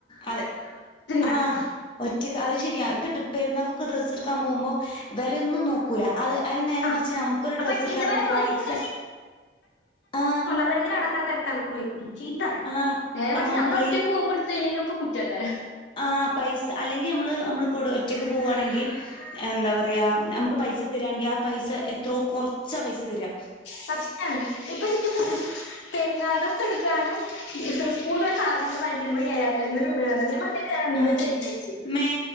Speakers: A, on the left; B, on the left.
A: അതെ ആഹ
B: കണക്കാ
A: ഒറ്റക്ക് അഹ് ശരിയാ ഇപ്പം പെരുന്നൾക്കെക്കെ ഡ്രസ് എടുക്കാൻ പോകുമ്പോൾ വെലെന്നും നോക്ക ക്കുല അത് അയിന് നേരെ
B: ആ
A: മറിച്ച് നമുക്കൊരു
B: അപ്പൊ
A: ഡ്രസ്സ് എടുക്കാൻ
B: ഇവരെ
A: വേണ്ടി
B: ചോദിച്ചന്നെ
A: പൈസ ആ
B: യെന്തിനാ അവടക്കെടന്ന് തെരക്കൻ നിക്കുന്നു ചോയ്ക്കും ചീത്തറിം
A: ആഹ്
B: നേരെ മറിച്
A: ആഹ്
B: നമ്മൾ
A: പൈ
B: ഒറ്റക്ക് പോവുമ്പോ ഏ ട്തയിന്ന ഒക്കെ കുറ്റാക്കാരം
A: ആ പൈസ അല്ലെങ്കിൽ നമ്മള് നമ്മൾ ഒടു ഒറ്റയ്ക്ക് പോവണെങ്കി എന്താ പറയാ നമുക്ക് പൈസ തരിയാണെങ്കിൽ ആ പൈസ എത്രോ കുറച്ചാ പൈസ തരി
B: സത്യണ് ഇപ്പൊ നിക്ക് പെരു പെരുന്നാൾഡ്രസ് എടുക്കാനുംഇഡ്രസ്സ് കോഡ് സാധങ്ങൾ വാങ്ങിക്കാന്നും കൂടി ഏഴായിരഞ്ഞൂർ രൂപയാണ് നമ്മളൊക്കെ ത് ഞാൻ എന്താ
A: ആഹ്
B: ചെയ്യച്ചു
A: മേ